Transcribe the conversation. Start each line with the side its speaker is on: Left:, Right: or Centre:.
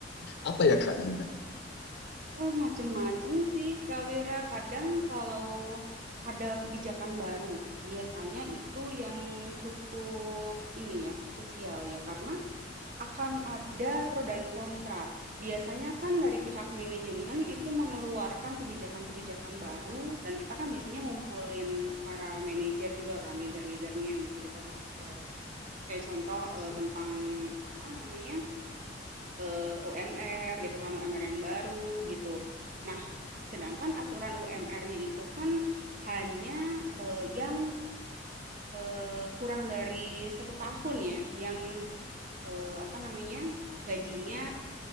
Left: apa ya Kak Gina?
Right: Eee, macem-macem sih, Kak Wira. Kadang kalau ada kebijakan baru, biasanya itu yang cukup ini ya, krusial ya, karena Akan ada pro dan kontra. Biasanya kan dari pihak manajemen itu mengeluarkan kebijakan-kebijakan baru dan kita kan biasanya ngumpulin para manajer juga kan, leader-leadernya gitu kita bahas. Kayak contoh, eee,
Left: ya
Right: tentang apa namanya, eee, UMR gitu kan, UMR yang baru gitu. Nah, sedangkan aturan UMR-nya itu kan hanya, eee, yang, eee, kurang dari satu tahun ya, yang eee, apa namanya, gajinya